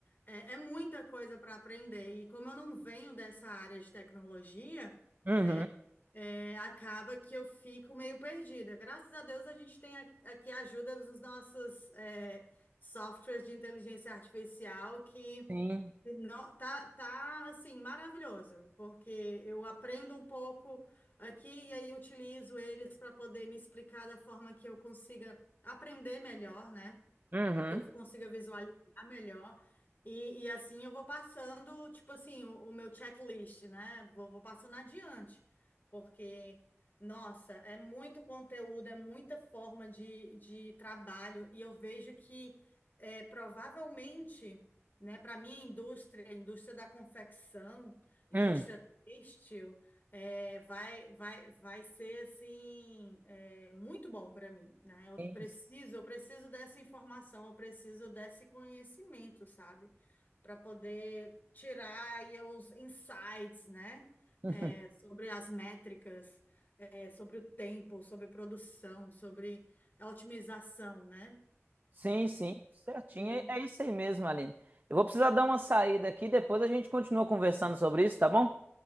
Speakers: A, on the left; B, on the right.
A: é, é muita coisa para aprender, e como eu não venho dessa área de tecnologia,
B: Uhum,
A: né? É, acaba que eu fico meio perdida. Graças a Deus a gente tem a- aqui a ajuda dos nossos é, softwares de inteligência artificial que
B: sim.
A: no- tá, tá assim maravilhoso, porque eu aprendo um pouco aqui e aí utilizo eles para poder me explicar da forma que eu consiga aprender melhor, né?
B: Uhum.
A: que eu consiga visualizar melhor. E, e assim eu vou passando, tipo assim, o, o meu checklist, né? Vou, vou passando adiante, porque, nossa, é muito conteúdo, é muita forma de, de trabalho, e eu vejo que é, provavelmente, né, para minha indústria, indústria da confecção, indústria
B: uhum.
A: têxtil, é, vai, vai, vai ser assim é, muito bom para mim, né? Eu
B: Sim,
A: preciso, eu preciso dessa informação, eu preciso desse conhecimento, sabe? Para poder tirar aí os insights, né?
B: <laughs>
A: É, sobre as métricas, é, sobre o tempo, sobre produção, sobre a otimização, né?
B: sim, sim, certinho.
A: E
B: É é isso aí mesmo, Aline. Eu vou precisar dar uma saída aqui, depois a gente continua conversando sobre isso, tá bom?